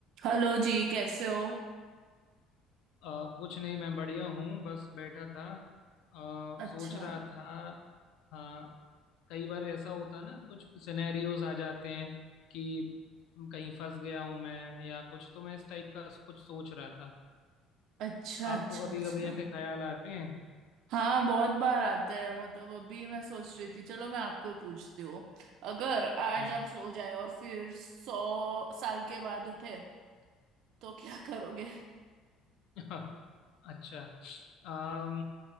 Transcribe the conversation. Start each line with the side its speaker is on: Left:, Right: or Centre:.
Right: Hello ji कैसे हो
Left: अ, कुछ नहीं मैं बढ़िया हूँ बस बैठा था अ,
Right: अच्छा
Left: सोच रहा था हाँ कई बार ऐसा होता है ना कुछ सिनेरियोज आ जाते हैं कि कहीं फंस गया हूँ मैं या कुछ तो मैं इस टाइप का कुछ सोच रहा था
Right: अच्छा
Left: आपको
Right: अच्छा
Left: कभी
Right: अच्छा
Left: कभी ऐसे ख्याल आते हैं
Right: हाँ बहुत बार आता है मतलब अभी मैं सोच रही थी चलो मैं आपको पूछती हूँ अगर आज
Left: हम्म
Right: आप सो जाए और फिर सौ साल के बाद उठे तो क्या करोगे
Left: <laughs> अच्छा अम,